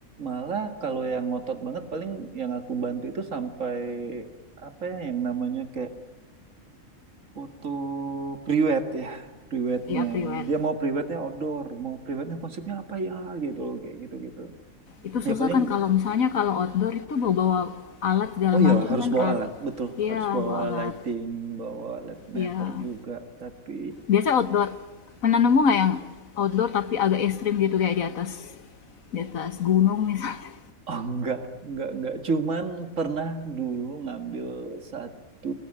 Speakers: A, on the right (about 60°); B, on the left (about 70°).
A: malah kalau yang ngotot banget paling yang aku bantu itu sampai apa ya yang namanya kayak foto priwet ya priwetnya
B: Iya, priwet.
A: dia mau priwetnya outdoor mau priwetnya konsepnya apa ya gitu loh kayak gitu gitu
B: Itu susah
A: ya paling
B: kan kalau misalnya kalau outdoor itu bawa-bawa alat segala
A: oh
B: macam
A: ya harus
B: kan,
A: bawa
B: Kak.
A: alat betul
B: Iya,
A: harus bawa
B: bawa alat.
A: lighting bawa led meter
B: Iya.
A: juga tapi
B: Biasa outdoor. Pernah nemu nggak yang outdoor tapi agak ekstrim gitu kayak di atas di atas gunung misalnya
A: oh, enggak enggak enggak cuman pernah dulu ngambil satu